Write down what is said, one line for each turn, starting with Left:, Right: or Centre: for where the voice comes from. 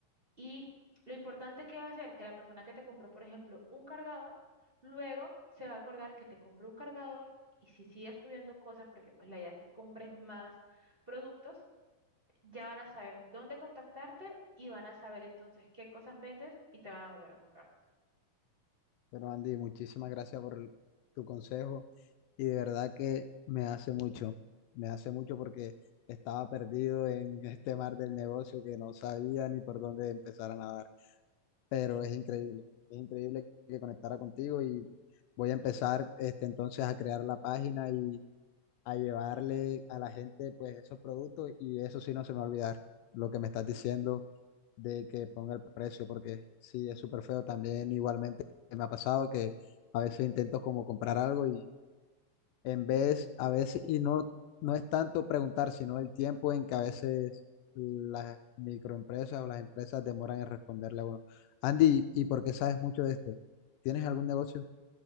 Right: y lo importante que va a ser que la persona que te compró, por ejemplo, un cargador, luego se va a acordar que te compró un cargador y si sigues subiendo cosas, porque pues la idea es que compres más productos, ya van a saber dónde contactarte y van a saber entonces qué cosas vendes y te van a volver a comprar.
Left: Pero Andy, muchísimas gracias por el- tu consejo y de verdad que me hace mucho, me hace mucho porque estaba perdido en este mar del negocio que no sabía ni por dónde empezar a nadar. pero es increíble, es increíble que conectara contigo y voy a empezar este, entonces a crear la página y a llevarle a la gente pues esos productos y eso sí no se me va a olvidar lo que me estás diciendo de que ponga el precio porque sí es súper feo también igualmente me ha pasado que a veces intento como comprar algo y en vez, a veces, y no, no es tanto preguntar, sino el tiempo en que a veces las microempresas o las empresas demoran en responderle a uno. Andy, ¿y por qué sabes mucho de esto? ¿Tienes algún negocio?